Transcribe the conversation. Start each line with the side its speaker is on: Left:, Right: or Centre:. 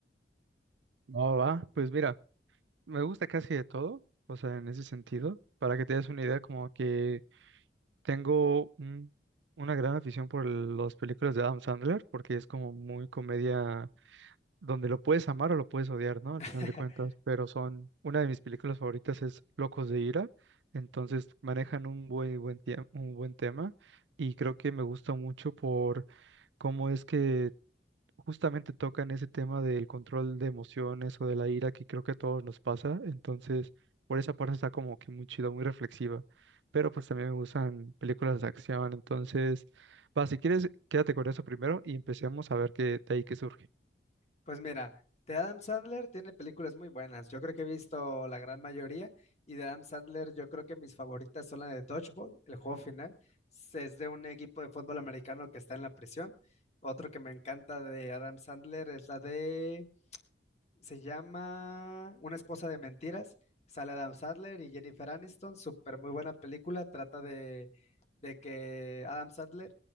Right: Va, va, pues mira, me gusta casi de todo, o sea, en ese sentido. Para que te des una idea, como que Tengo un- una gran afición por las películas de Adam Sandler, porque es como muy comedia donde lo puedes amar o lo puedes odiar, ¿no? Al
Left: <laughs>
Right: final de cuentas, pero son, una de mis películas favoritas es Locos de Ira, entonces manejan un buen, buen, tie- un buen tema y creo que me gusta mucho por cómo es que justamente tocan ese tema del control de emociones o de la ira que creo que a todos nos pasa. Entonces, por esa parte está como que muy chido, muy reflexiva. Pero pues también me gustan películas de acción. Entonces, va, si quieres, quédate con eso primero y empecemos a ver qué de ahí que surge.
Left: Pues mira, de Adam Sandler tiene películas muy buenas. Yo creo que he visto la gran mayoría y de Adam Sandler yo creo que mis favoritas son la de Dodgeball, el juego final. se- Es de un equipo de fútbol americano que está en la prisión. Otro que me encanta de Adam Sandler es la de se llama Una esposa de mentiras. Sale Adam Sandler y Jennifer Aniston. Súper muy buena película. Trata de, de que Adam Sandler